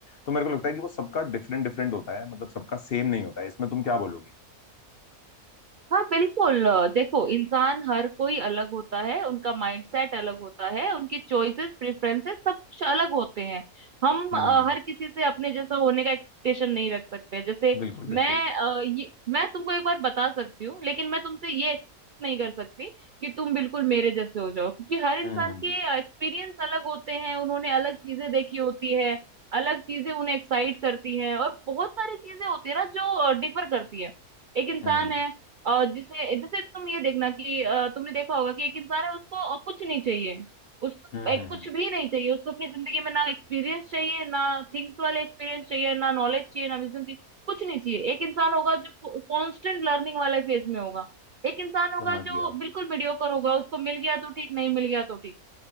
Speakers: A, on the left; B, on the right.
A: तो मेरे को लगता है कि वो सबका डिफरेंट डिफरेंट होता है मतलब सबका सेम नहीं होता है इसमें तुम क्या बोलोगी
B: हाँ बिल्कुल अ, देखो इंसान हर कोई अलग होता है उनका माइंडसेट अलग होता है उनकी चॉइसेस प्रेफरेंसेस सब कुछ अलग होते हैं हम
A: हम्म
B: अ, हर किसी से अपने जैसा होने का एक्सपेक्टेशन नहीं रख सकते जैसे
A: बिल्कुल
B: मैं
A: बिल्कुल
B: अ, ये मैं तुमको एक बार बता सकती हूँ लेकिन मैं तुमसे ये एक्सपेक्ट नहीं कर सकती कि तुम बिल्कुल मेरे जैसे हो जाओ क्योंकि हर इंसान
A: हम्म
B: के एक्सपीरियंस अलग होते हैं उन्होंने अलग चीजें देखी होती है अलग चीजें उन्हें एक्साइट करती है और बहुत सारी चीजें होती है ना जो डिफर करती है एक इंसान
A: हम्म
B: है और जिसने जैसे तुम ये देखना कि अ, तुमने देखा होगा कि एक इंसान है उसको और कुछ नहीं चाहिए उसको
A: हम्म
B: एक
A: हम्म,
B: कुछ
A: हम्म,
B: भी नहीं चाहिए उसको अपनी जिंदगी में ना एक्सपीरियंस चाहिए ना थिंग्स वाले एक्सपीरियंस चाहिए ना नॉलेज चाहिए ना विजन चाहिए कुछ नहीं चाहिए एक इंसान होगा जो कांस्टेंट लर्निंग वाले फेज में होगा एक इंसान होगा
A: समझ
B: जो
A: गया
B: बिल्कुल मीडियोकर होगा उसको मिल गया तो ठीक नहीं मिल गया तो ठीक